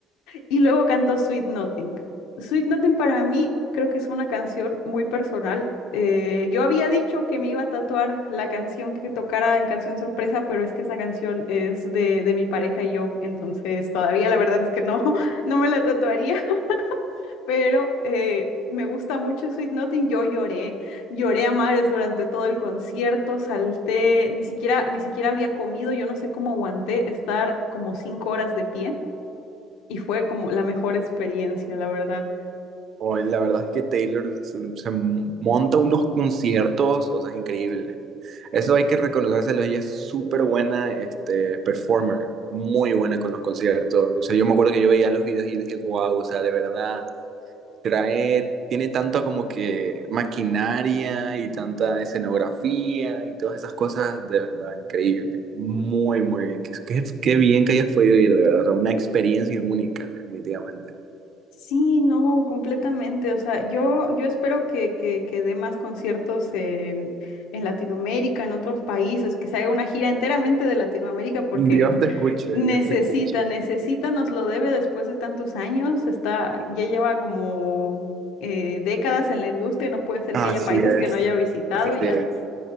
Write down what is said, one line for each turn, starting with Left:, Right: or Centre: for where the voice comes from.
Left: Y luego cantó Sweet Nothing. Sweet Nothing para mí creo que es una canción muy personal. Eh, yo había dicho que me iba a tatuar la canción que tocara en canción sorpresa, pero es que esa canción es de, de mi pareja y yo, entonces todavía la verdad es que no, <laughs> no me la tatuaría pero eh, me gusta mucho Sweet Nothing. Yo lloré, lloré a mares durante todo el concierto, salté, ni siquiera, ni siquiera había comido, yo no sé cómo aguanté estar como cinco horas de pie y fue como la mejor experiencia, la verdad.
Right: Hoy la verdad es que Taylor se, se monta unos conciertos, o sea, increíble. Eso hay que reconocérselo, ella es súper buena este, performer, muy buena con los conciertos. O sea, yo me acuerdo que yo veía los videos y dije, wow, o sea, de verdad. trae, tiene tanto como que maquinaria y tanta escenografía y todas esas cosas, de verdad, increíble. Muy, muy bien. Qué, qué- qué bien que hayas podido ir, de verdad. O sea, una experiencia única, definitivamente.
Left: Sí, no, completamente. O sea, yo, yo espero que, que, que dé más conciertos en, en Latinoamérica, en otros países, que se haga una gira enteramente de Latinoamérica, porque
Right: Dios
Left: n-
Right: te escuche,
Left: necesita,
Right: Dios te escuche.
Left: necesita, nos lo debe después de tantos años. Está, ya lleva como eh, décadas en la industria, y no puede ser
Right: Así
Left: que haya países
Right: es,
Left: que no haya visitado,
Right: así
Left: y ya
Right: es,